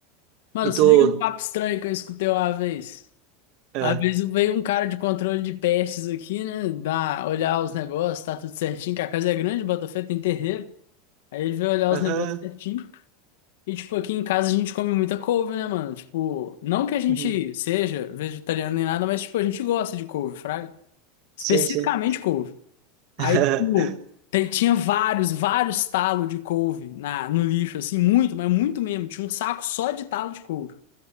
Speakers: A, on the left (about 70°); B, on the right (about 35°).
A: Mano,
B: E
A: se
B: tu.
A: liga no papo estranho que eu escutei uma vez.
B: ah,
A: Uma vez veio um cara de controle de pestes aqui, né? Dá, olhar os negócios, tá tudo certinho, que a casa é grande, Botafé tem terreiro. Aí ele veio olhar
B: Aham.
A: os negócios certinho. E, tipo, aqui em casa a gente come muita couve, né, mano? Tipo, não que a gente
B: uhum,
A: seja vegetariano nem nada, mas, tipo, a gente gosta de couve, fraga. Especificamente
B: Sim, sim.
A: couve. Aí,
B: <laughs>
A: tipo, tem- tinha vários, vários talos de couve na, no lixo, assim, muito, mas muito mesmo. Tinha um saco só de talo de couve.